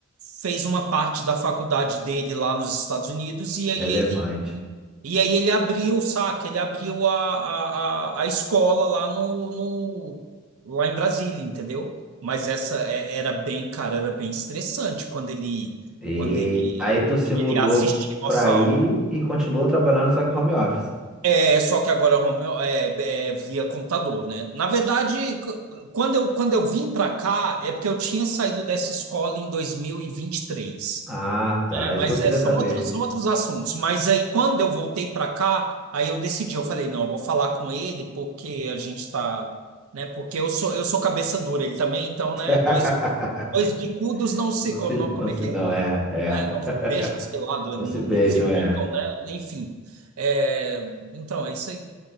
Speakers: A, on the right; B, in the centre.
A: fez uma parte da faculdade dele lá nos Estados Unidos e aí
B: relevante.
A: ele e aí ele abriu, saca? Ele abriu a, a, a, a escola lá no, no lá em Brasília, entendeu? Mas essa é- era bem, cara, era bem estressante quando ele
B: E
A: quando ele
B: aí tu
A: quando
B: se mudou
A: ele assistia nossa
B: pra aí
A: aula.
B: e continuou trabalhando só que home office.
A: É só que agora Romeu é, é via computador, né? Na verdade, c- quando eu, quando eu vim para cá, é porque eu tinha saído dessa escola em 2023.
B: Ah, tá.
A: É,
B: É Isso
A: mas
B: que eu queria
A: é, são
B: saber.
A: outros, são outros assuntos. Mas aí, quando eu voltei para cá, aí eu decidi, eu falei, não, eu vou falar com ele porque a gente tá, né? Porque eu sou, eu sou cabeça dura, ele também, então, né?
B: <laughs>
A: Dois, dois bicudos não se,
B: Não
A: como,
B: se,
A: não,
B: não
A: como
B: se
A: é que
B: dão,
A: é?
B: é, é.
A: Né? Não se
B: <laughs>
A: beijam, sei lá, do-
B: Não se
A: não,
B: beijam,
A: não se
B: é.
A: picam, né? Enfim. É, então, é isso aí.